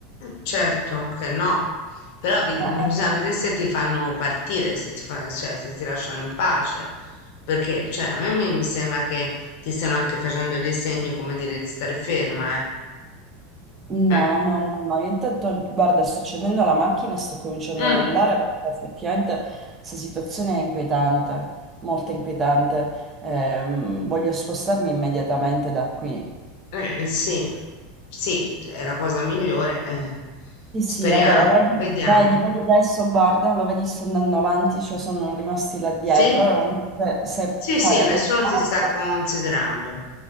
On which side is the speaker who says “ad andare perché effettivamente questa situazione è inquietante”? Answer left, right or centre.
Right